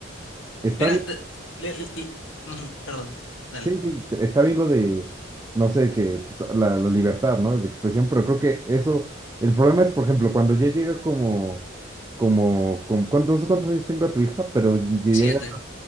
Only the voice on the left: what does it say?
mira,
te- le- le- le- ujú, perdón, dale,
siete,